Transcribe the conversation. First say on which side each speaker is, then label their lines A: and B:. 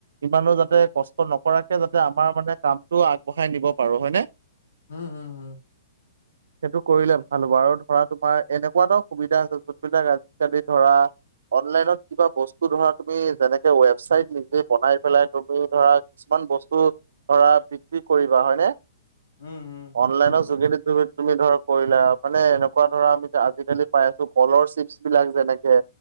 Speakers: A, on the right (about 75°); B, on the left (about 60°).
A: ইমানো যাতে কষ্ট নকৰাকে যাতে আমাৰ মানে কামটো আগবঢ়াই নিব পাৰো, হয় নে?
B: উম-হু-হু।
A: সেইটো কৰিলে ভাল হ'ব আৰু ধৰা তোমাৰ এনেকুৱা এটাও সুবিধা আছে যোনবিলাক আজি-কালি ধৰা অনলাইনত কিবা বস্তু ধৰা তুমি যেনেকে ৱেবচাইট নিজে বনাই পেলাই তুমি ধৰা কিছুমান বস্তু ধৰা বিক্ৰী কৰিবা হয়নে?
B: উম, হুম,
A: অনলাইনৰ
B: হয় বাৰু।
A: যোগেদি তুমি তুমি ধৰা কৰিলা। মানে এনেকুৱা ধৰা আমি আজি-কালি পাই আছো কলৰ চিপছ বিলাক যেনেকে।